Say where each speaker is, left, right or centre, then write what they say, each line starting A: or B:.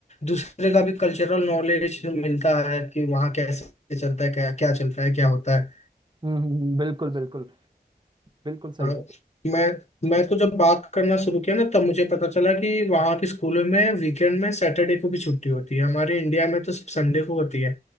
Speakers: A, on the left; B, on the right.
A: दूसरे का भी कल्चरल नॉलेज मिलता है कि वहाँ कैसे चलता है क्या क्या चलता है क्या होता है
B: हम्म, हम्म, बिल्कुल बिल्कुल बिल्कुल सही
A: हाँ,
B: कर
A: मैं मैं तो जब बात करना शुरू किया ना तब मुझे पता चला कि वहाँ के स्कूलों में वीकेंड में सैटरडे को भी छुट्टी होती है हमारे इंडिया में तो सिर्फ संडे को होती है